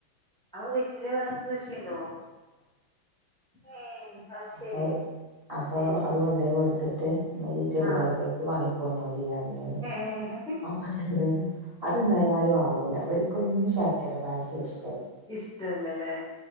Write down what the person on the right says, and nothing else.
അപ്പഹ് അപ്പൊ
അത് കൊണ്ടോയ് കൊടുത്തിട്ട് മ്മളീ ചെറുപയർപരിപ്പ്
വാങ്ങി പോന്നോളി അർഞാന്.
<unintelligible> അതെന്തായാലും വാങ്ങുല അവര് കൊന്നു ശർക്കര പായസ്സ ഇഷ്